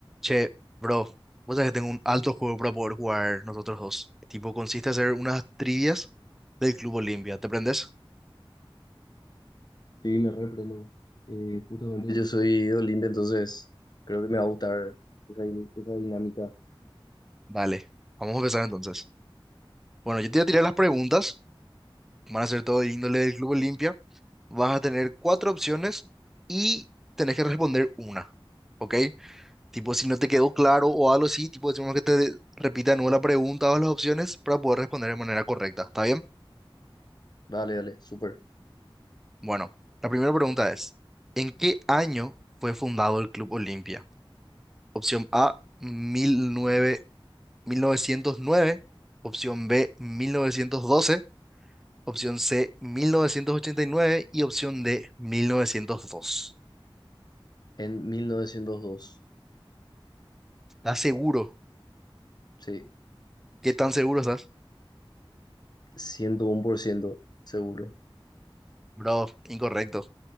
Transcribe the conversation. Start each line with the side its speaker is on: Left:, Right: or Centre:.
Centre: Che, bro, vos sabés que tengo un alto juego para poder jugar nosotros dos. Tipo, consiste en hacer unas trivias del Club Olimpia. ¿Te prendes?
Left: Sí, me reprendo. Eh, justamente yo soy, entonces creo que me va a gustar esa, esa dinámica.
Centre: Dale, vamos a empezar entonces. Bueno, yo te voy a tirar las preguntas. Van a ser todo de índole del Club Olimpia. Vas a tener cuatro opciones y tenés que responder una. ¿Ok? Tipo, si no te quedó claro o algo así, tipo, decimos que te repita de nuevo la pregunta o las opciones para poder responder de manera correcta. ¿Está bien?
Left: Dale, dale, súper.
Centre: Bueno, la primera pregunta es, ¿en qué año fue fundado el Club Olimpia? Opción A, mil mil nueve, mil novecientos nueve. opción B, 1912. opción C, mil novecientos ochenta y nueve. Y opción D, 1902.
Left: En 1902.
Centre: ¿Estás seguro?
Left: sí,
Centre: ¿Qué tan seguro estás?
Left: 101% seguro.
Centre: Bro, incorrecto.